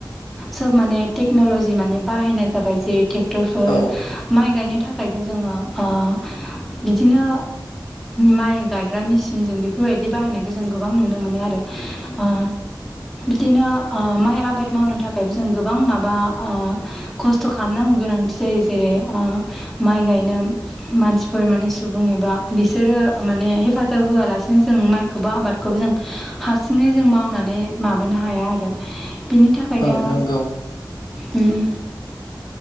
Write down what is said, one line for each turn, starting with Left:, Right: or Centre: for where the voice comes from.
Centre: सोब माने टेक्नलजि माने बाहायनाय जाबाय जेरै ट्रेक्टरफोर
Left: औ
Centre: माइ गायनो थाखायबो जोङो ओ बिदिनो माइ गायग्रा मेसिनजों बेफोरबायदि बाहायनायखौ जों गोबां नुनो मोनो आरो। ओ बिदिनो ओ माइ आबाद मावनो थाखायबो जों गोबां माबा ओ खस्थ' खालामनांगौ गोनांथि जायो जेरै ओ माइ गायनो। मानसिफोर माने सुबुं एबा बिसोरो माने हेफाजाब होआलासिनो जों माइखौबा आबाद खौबो जों हारसिङै जों मावनानै माबानो हा हाया आरो बिनि थाखायनो
Left: औ नंगौ
Centre: उम